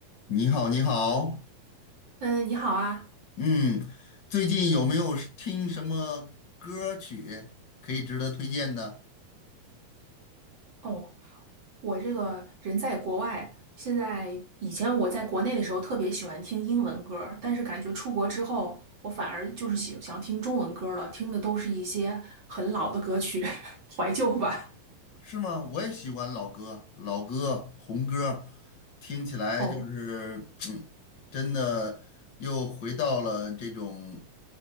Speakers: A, on the left; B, on the right.
A: 你好，你好，
B: 嗯，你好啊。
A: 嗯，最近有没有是听什么歌曲可以值得推荐的？
B: 哦，我这个人在国外，现在以前我在国内的时候特别喜欢听英文歌儿，但是感觉出国之后，我反而就是喜想听中文歌儿了，听的都是一些很老的歌曲，<laughs> 怀旧吧。
A: 是吗？我也喜欢老歌，老歌、红歌，听起来就是，
B: 哦，
A: 嗯，真的又回到了这种